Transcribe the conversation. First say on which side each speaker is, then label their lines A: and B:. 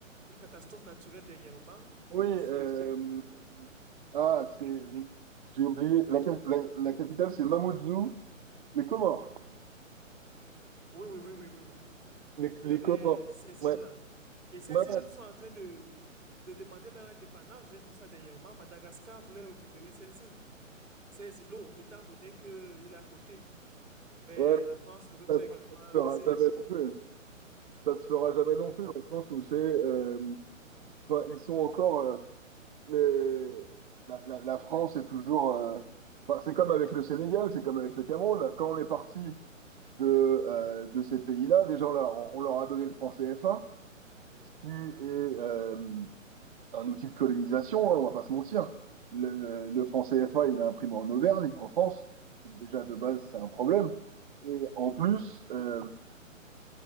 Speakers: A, on the right; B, on the right.
A: une catastrophe naturelle dernièrement,
B: oui.
A: je ne
B: euh,
A: sais plus. euh,
B: ah, c'est j'ai oublié. La, la- la capitale, c'est Mamoudzou, les Comores.
A: Oui, oui, oui, oui, oui, oui.
B: Les,
A: Il
B: les
A: y avait
B: communs.
A: ces
B: Ouais,
A: îles-là. Et ces
B: ouais,
A: îles sont en train de, de demander leur indépendance. J'ai vu ça dernièrement. Madagascar voulait récupérer ces îles, ces îlots, étant donné qu'il est à côté. Mais
B: ouais,
A: la France ne veut pas
B: ça se
A: également
B: fera
A: laisser.
B: jamais non plus. Ça se fera jamais
A: Oui,
B: non plus, dans le sens où c'est. euh, enfin, ils sont encore. euh, les- la, la- la France est toujours. euh, enfin, c'est comme avec le Sénégal, c'est comme avec le Cameroun. Quand on est parti de, euh, de ces pays-là, déjà, on, leur- on leur a donné le franc CFA, ce qui est. euh, un outil de colonisation, hein, on va pas se mentir. Le, le franc CFA, il est imprimé en Auvergne, en France. Donc Déjà, de base, c'est un problème. Et en plus, euh,
A: oui,